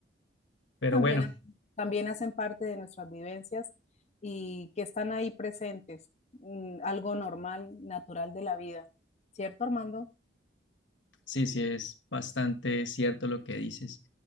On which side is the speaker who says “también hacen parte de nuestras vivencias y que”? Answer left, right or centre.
Left